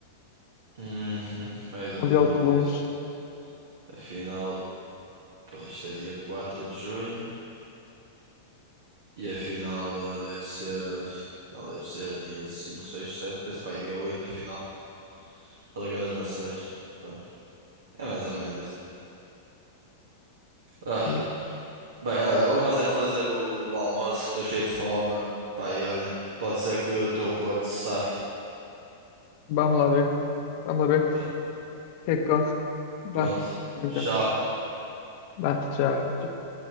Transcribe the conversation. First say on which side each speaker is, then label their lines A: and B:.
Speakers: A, on the right; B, on the left.
A: Uhum, é exatamente
B: o Mundial de Clubes.
A: isso. A final, pá, isto é dia 4 de junho. E a final eh, deve ser. eh, A final deve ser dia 5, 6, 7, Deve ser, pá, dia 8 a final. da Liga das Nações. Pronto. É mais ou menos isso. Ah,
B: Yeah.
A: Bem, olha, vamos é fazer o almoço, que estou cheio de fome. Pá, e olha, pode ser que o teu Porto se safe.
B: Vamos lá ver. Vamos lá ver.
A: Pronto,
B: O que é que corre? Vá.
A: pronto.
B: Então.
A: Tchau.
B: Bah, tchau. tchau.